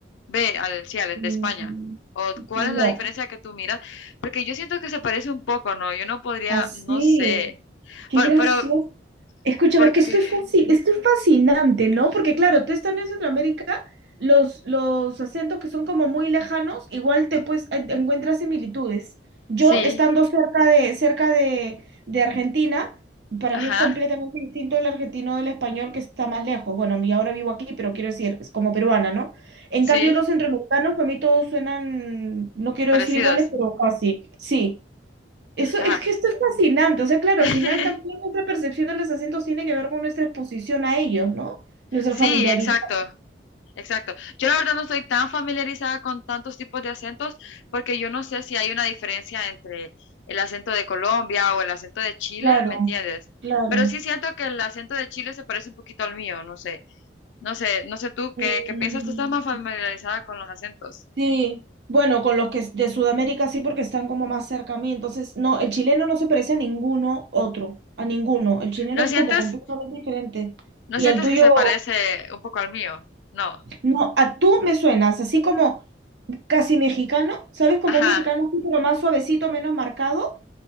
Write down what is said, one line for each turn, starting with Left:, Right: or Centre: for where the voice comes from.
Left: Ve, al, sí, al
Right: Mm,
Left: de España.
Right: mm,
Left: ¿O cuál
Right: No.
Left: es la diferencia que tú miras? Porque yo siento que se parece un poco, ¿no? Yo no podría,
Right: Así.
Left: no sé.
Right: Qué
Left: Pero,
Right: gracioso.
Left: pero
Right: Escúchame,
Left: porque,
Right: es que estoy fasci- estoy fascinante, ¿no? Porque claro, tú estando en Centroamérica, los, los acentos que son como muy lejanos, igual te pues en- encuentras similitudes. Yo
Left: sí,
Right: estando cerca de, cerca de, de Argentina, para
Left: ajá.
Right: mí es completamente distinto el argentino del español que está más lejos. Bueno, a mí ahora vivo aquí, pero quiero decir, es como peruana, ¿no? En cambio,
Left: Sí,
Right: los centroamericanos, para mí todos suenan, no quiero
Left: parecidos.
Right: decir iguales, pero casi. Sí. Eso
Left: Ajá.
Right: es que esto es fascinante. O sea, claro,
Left: <clears throat>
Right: al final también
Left: <laughs>
Right: nuestra percepción de los acentos tiene que ver con nuestra exposición a ellos, ¿no? Nuestra
Left: Sí,
Right: familiaridad.
Left: exacto, exacto. Yo la verdad no estoy tan familiarizada con tantos tipos de acentos porque yo no sé si hay una diferencia entre el acento de Colombia o el acento de Chile,
Right: Claro,
Left: ¿me entiendes?
Right: claro.
Left: Pero sí siento que el acento de Chile se parece un poquito al mío, no sé. No sé, no sé tú
Right: Mm,
Left: qué, qué piensas, tú estás más familiarizada con los acentos.
Right: sí. Bueno, con los que es de Sudamérica sí, porque están como más cerca a mí. Entonces, no, el chileno no se parece a ninguno otro, a ninguno. El chileno
Left: ¿No
Right: es
Left: sientes,
Right: como completamente diferente.
Left: no
Right: Y
Left: sientes
Right: el tuyo,
Left: que se parece un poco al mío? No.
Right: no, a tú me suenas, así como casi mexicano, ¿sabes? Como
Left: Ajá,
Right: un mexicano así, pero más suavecito, menos marcado.